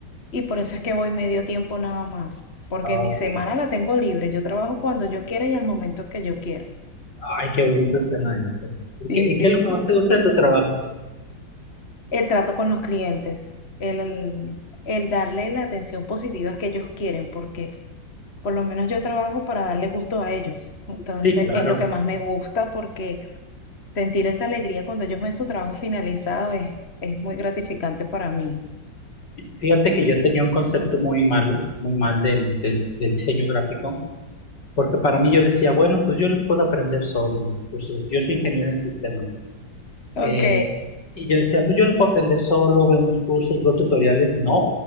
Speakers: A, on the left; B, on the left.
A: y por eso es que voy medio tiempo nada más, porque
B: Ok.
A: mi semana la tengo libre, yo trabajo cuando yo quiera y al momento que yo quiera.
B: Ay, qué bonito suena eso. ¿Y
A: Sí,
B: qué, y
A: sí,
B: qué es lo que
A: sí.
B: más te gusta de tu trabajo?
A: El trato con los clientes, el, el el darle la atención positiva que ellos quieren, porque... Por lo menos yo trabajo para darle gusto a ellos. Entonces
B: Sí, claro.
A: es lo que más me gusta porque sentir esa alegría cuando ellos ven su trabajo finalizado es, es muy gratificante para mí.
B: Fíjate que yo tenía un concepto muy malo, muy mal del, del, del diseño gráfico, porque para mí yo decía, bueno, pues yo lo puedo aprender solo. Pues, yo soy ingeniero en sistemas.
A: Ok.
B: Eh, y yo decía, pues yo lo puedo aprender solo, veo unos cursos, veo tutoriales. No,